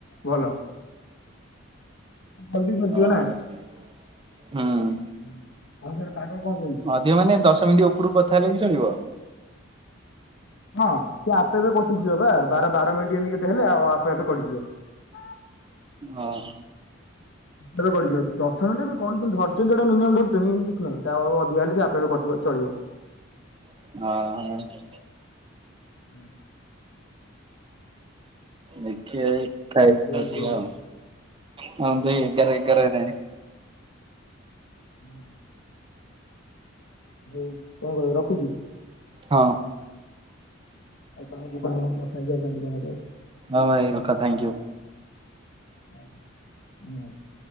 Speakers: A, on the left (about 65°); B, on the right (about 25°).
A: ଭଲ। ଜଲଦି
B: <unintelligible>
A: ସରିଯିବ
B: ହୁଁ।
A: ହୁଁ ହଁ ସେଟଟେ ପାଗ କଣ କେମିତ
B: ଅଧିକ ମାନେ ଦଶ ମିନିଟ୍ ଉପରକୁ କଥା ହେଲେ ବି ଚଳିବ।
A: ହଁ ସେ ଆପେ ଆପେ କଟିଯିବ ବା ବାର ବାର ମିନିଟ ଏମିତି କେତେ ହେଲେ ଆଉ ଆପେ ଆପେ କଟିଯିବ। <inaudible>
B: ଓ ହୋ।
A: ଏବେ ଗଡିଯିବ ଦଶ ମିନିଟ କଣ କେମିତି ଧ ସେଇଟା <unintelligible> ଧରୁୁଛନ୍ତି ମ କିଛି ନାଁ ତା ଅଧିକା ହେଲେ ସେ ଆପ କଟିବା ଚଳିବ।
B: <unintelligible> ହ।
A: ହୁଁ।
B: ଦେଖିବା <unintelligible>
A: ଯୋଉ
B: ଆଉ।
A: ସେ
B: ହଉ ଦେ ଏଗାର ଏଗାର ହେଲାଣି।
A: ହୁଁ। ହଉ କଣ କହ ରଖୁଛି।
B: ହଁ।
A: ଆଉ ତମେ ଜୀବନ କଥା ହେଇ <unintelligible> ଆଉ।
B: ହଁ ଭାଇ ରଖ ଥ୍ୟାଙ୍କୟୁ।
A: ହେଲା <unintelligible>